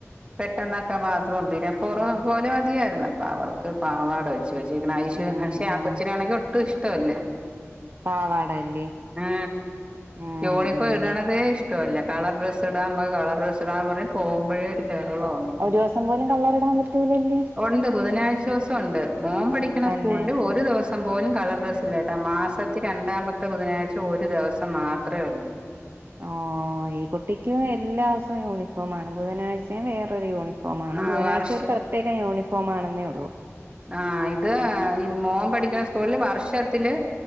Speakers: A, on the right; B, on the right.
A: പെട്ടെന്നൊക്കെ ബാത്റൂം പിന്നെ ഫറ പോലെ അതിയായിരുന്നു അപ്പൊ അവർക്ക് പാവാട ച്ച് വെച്ചെക്ക്ണ്
B: ഉം
A: പക്ഷെ
B: ഉം
A: ആ കൊച്ചിനാണെങ്കി ഒട്ടും ഇഷ്ടമല്ല
B: പാവാടല്ലേ
A: ആ
B: ഉം
A: യുണിഫോം
B: ഉം
A: ഇടണതേ ഇഷ്ടല്ല കളർ ഡ്രസ് ഇടാൻ നമ്മക്ക് കളർ ഡ്രസ് ഇടാന്ന് പറഞ് പോക്മ്പോഴേ ബഹളാണ്
B: ഒ ഒരു ദിവസം പോലും കളറിടാൻ പറ്റൂലല്ലേ
A: ഉണ്ട് ബുധനാഴ്ച്ച ദിവസം ഉണ്ട് മോൻ പഠിക്കണ
B: തന്നെ
A: സ്കൂളിൽ ഒരു ദിവസം സം പോലും കളർ ഡ്രസ്സ് ഇല്ലായിട്ട് ആ മാസത്തി രണ്ടാമത്തെ ബുധനാഴ്ച ഒരു ദിവസം മാത്രമേ ഉള്ളൂ ആ
B: ഓ ഈ കുട്ടിക്കും എല്ലാ ദിവസവും യൂണിഫോ ആണ് ബുധനാഴ്ചയും വേറരു യൂണിഫോ യൂണഫോംമാണ്
A: ആ
B: ബുധനാഴ്ഒരു
A: വർഷ
B: പ്രത്യേക യൂണിഫോംമാണെന്നേ ഉള്ളൂ
A: ആഹ ഇത് ഈ മോൻ പഠിക്കണ വർഷത്തില്